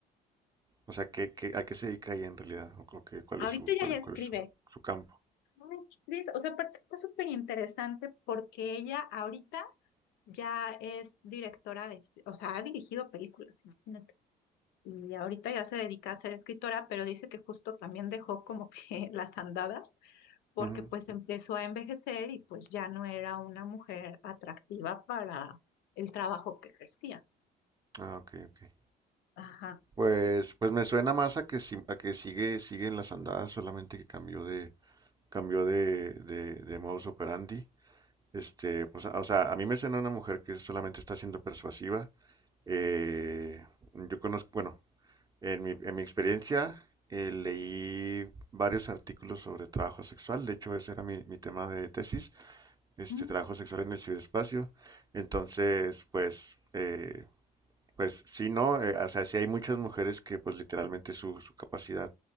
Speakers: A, on the right; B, on the left.
A: O sea, ¿qué, qué, a qué se dedica ella en realidad? ¿O co- qué- cuál
B: Ahorita
A: es su,
B: ella
A: cuál,
B: ya escribe.
A: cuál es su, su campo?
B: Ay, qué triste. O sea, aparte está súper interesante porque ella ahorita ya es directora de, o sea, ha dirigido películas, imagínate. y ahorita ya se dedica a ser escritora, pero dice que justo también dejó como que <laughs> las andadas porque
A: Ujú.
B: pues empezó a envejecer y pues ya no era una mujer atractiva para el trabajo que ejercía.
A: Ah, ok, ok.
B: Ajá.
A: Pues, pues me suena más a que, si- a que sigue, sigue en las andadas, solamente que cambió de, cambió de, de, de modus operandi. Este, pues, a- o sea, a mí me suena una mujer que solamente está siendo persuasiva. Eh, yo conozco, bueno, en mi, en mi experiencia eh, leí varios artículos sobre trabajo sexual. De hecho, ese era mi, mi tema de tesis. este
B: Mm.
A: trabajo sexual en el ciberespacio. Entonces, pues, eh, pues sí, no, Eh, o sea, sí hay muchas mujeres que pues literalmente su, su capacidad,